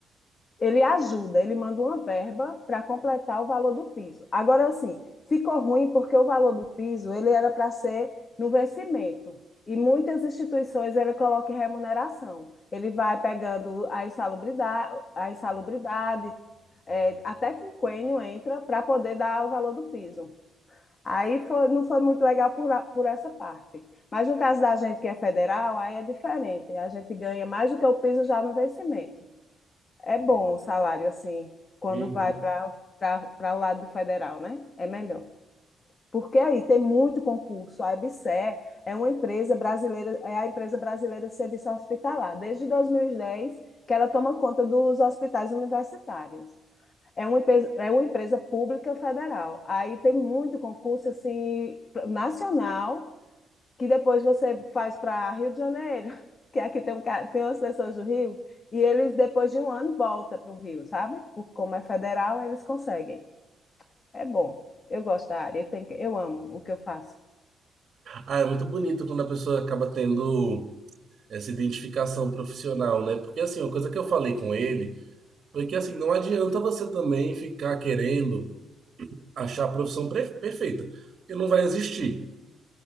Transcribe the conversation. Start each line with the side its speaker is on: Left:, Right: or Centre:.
Left: ele ajuda, ele manda uma verba para completar o valor do piso. Agora, assim, ficou ruim porque o valor do piso ele era para ser no vencimento. E muitas instituições ele coloca em remuneração. Ele vai pegando a insalubridade, a insalubridade é, até que o quinquênio entra para poder dar o valor do piso. Aí foi, não foi muito legal por, por essa parte. Mas no caso da gente que é federal, aí é diferente. A gente ganha mais do que o piso já no vencimento. É bom o salário, assim, quando
Right: Uhum.
Left: vai para para o lado do federal, né? É melhor. Porque aí tem muito concurso. A EBSER é uma empresa brasileira, é a empresa brasileira de serviço hospitalar, desde 2010, que ela toma conta dos hospitais universitários. É uma empresa, é uma empresa pública federal. Aí tem muito concurso assim nacional que depois você faz para Rio de Janeiro, <laughs> que aqui tem, um, ca- tem umas pessoas do Rio, e eles, depois de um ano, voltam para o Rio, sabe? Por- Como é federal, eles conseguem. É bom. Eu gosto da área, tem que- eu amo o que eu faço.
Right: Ah, é muito bonito quando a pessoa acaba tendo. essa identificação profissional, né? Porque assim, uma coisa que eu falei com ele foi que assim, não adianta você também ficar querendo achar a profissão pre- perfeita, porque não vai existir.